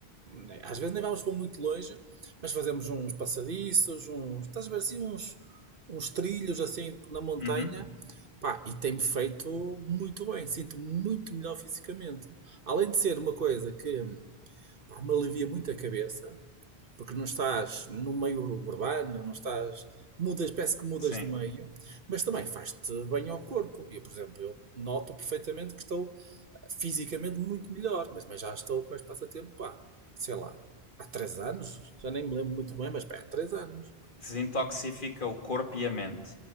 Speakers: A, on the right (about 60°); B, on the left (about 50°).
A: né, Às vezes nem vamos para muito longe, mas fazemos uns passadiços, uns, estás a ver assim, uns, uns trilhos assim na montanha.
B: uhum,
A: Pá, e tem-me feito muito bem, sinto-me muito melhor fisicamente. Além de ser uma coisa que pá, me alivia muito a cabeça, porque não estás no meio urbano, não estás. Mudas, parece que mudas
B: sim.
A: de meio, mas também faz-te bem ao corpo. Eu, por exemplo, eu noto perfeitamente que estou fisicamente muito melhor, mas, mas já estou com este passatempo, pá, sei lá, há 3 anos, já nem me lembro muito bem, mas pá, há 3 anos.
B: desintoxifica o corpo e a mente.